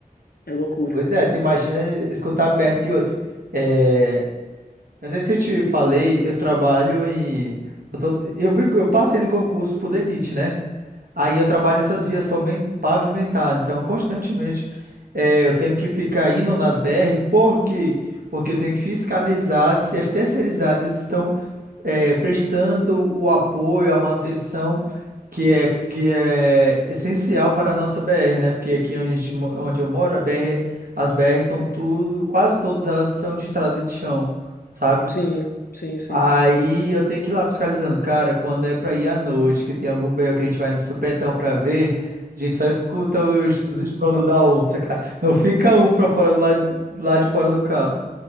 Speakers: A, on the left (about 75°); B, on the right (about 70°).
A: É loucura.
B: Pois é, tu imagina escutar perto de outro. É, não sei se eu te falei, eu trabalho e eu, tô- eu fui, eu passei no concurso pro DENIT, né? Aí eu trabalho nessas vias pavimen- pavimentadas, então constantemente eh, eu tenho que ficar indo nas BR, por quê? Porque eu tenho que fiscalizar se as terceirizadas estão eh, prestando o apoio, a manutenção que é, que é essencial para a nossa BR, né? Porque aqui onde, a gente mo- onde eu moro, a BR, as BR são tudo, quase todas elas são de estrada de chão, sabe?
A: Sim, sim, sim.
B: Aí eu tenho que ir lá fiscalizando. Cara, quando é pra ir à noite, que tem algum BO que a gente vai no supetão pra ver, a gente só escuta os, os estrondos da onça, cara. Não fica um pra fora do lado, lá de fora do carro.